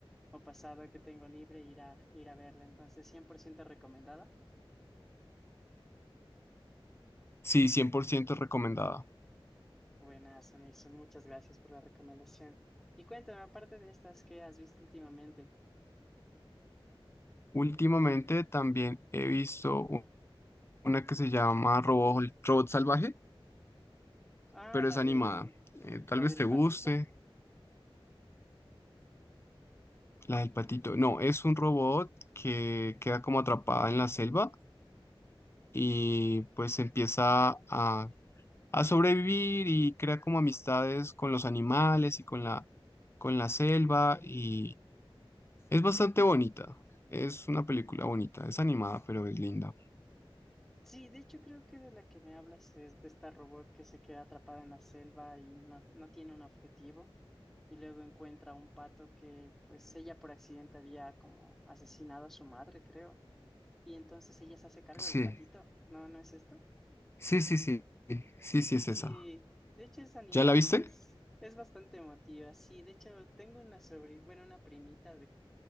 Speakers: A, in the centre; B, on the left (about 25°).
A: o pasado que tengo libre ir a, ir a verla, entonces 100% recomendada.
B: Sí, cien por ciento recomendada.
A: Buenas, Anison, muchas gracias por la recomendación. Y cuéntame, aparte de estas, ¿qué has visto últimamente?
B: Últimamente también he visto u- una que se llama Robo- Robot, Salvaje,
A: Ah,
B: pero
A: la
B: es animada.
A: del,
B: Eh,
A: la
B: tal vez
A: del
B: te
A: patito.
B: guste, la del patito. No, es un robot que queda como atrapada en la selva y pues empieza a, a sobrevivir y crea como amistades con los animales y con la, con la selva y es bastante bonita. Es una película bonita, es animada, pero es linda.
A: Sí, de hecho creo que de la que me hablas es de esta robot que se queda atrapada en la selva y no, no tiene un objetivo y luego encuentra un pato que pues ella por accidente había como asesinado a su madre, creo. Y entonces ella se hace cargo
B: Sí,
A: del patito. ¿No, no es esto?
B: sí, sí, sí, sí, sí, es
A: Sí,
B: esa.
A: de hecho es animada,
B: ¿Ya la viste?
A: pero es, es bastante emotiva. Sí, de hecho tengo una sobrina, bueno, una primita